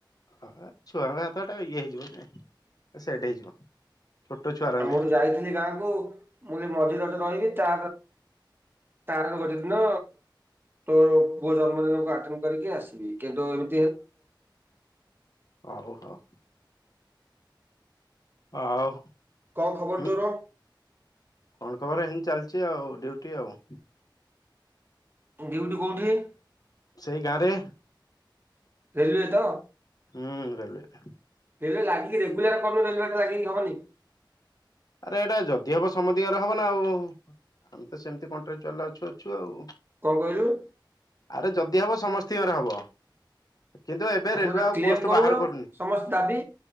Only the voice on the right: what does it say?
ଆଉ
ମୁଁ ଟିକେ ଯାଇଥିଲି ଗାଁକୁ ମୁଁ ଯ ମଝିରେ ରଜ ରହିବି ତା ତାର ଗୋଟେ ଦିନ ତୋ ପୁଅ ଜନ୍ମଦିନକୁ ଆଟେଣ୍ଡ କରିକି ଆସିବି, କିନ୍ତୁ ଏବ
କଣ ଖବର
ତୋର
ଡିଉଟିି କୋଉଠି?
ଫେରିବେ ତ?
ରେଲୱେ ଲାଗିକି ରେଗୁଲାର କରନୁ ରେଲୱେ ଟା ଲାଗିକି ହବନି?
କଣ କହିଲୁ?
ଆଠ
ହଜାର
କ୍ଲେମ
କରୁନ
ସମସ୍ତ ଦାବି